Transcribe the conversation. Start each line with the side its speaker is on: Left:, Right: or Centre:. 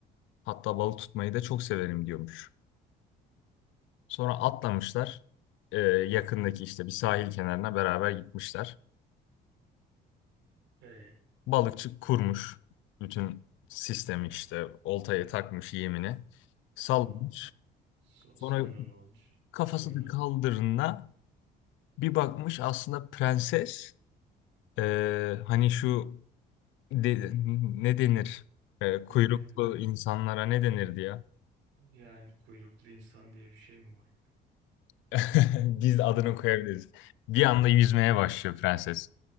Left: Hatta balık tutmayı da çok severim diyormuş. Sonra atlamışlar. Ee, yakındaki işte bir sahil kenarına beraber gitmişler.
Right: Ee,
Left: Balıkçı kurmuş. Bütün sistemi işte oltaya takmış yemini. Sallamış.
Right: Tamam. So-
Left: Sonra
Right: sonra
Left: kafası
Right: ne olmuş?
Left: kafasını
Right: Sonra
Left: kaldırına bir bakmış aslında prenses. Ee, hani şu de- ne denir? Ee, kuyruklu
Right: ne, ne
Left: insanlara ne denirdi ya?
Right: yani kuyruklu insan diye bir şey mi var?
Left: <laughs> Biz de adını koyabiliriz. Bir anda yüzmeye başlıyor prenses.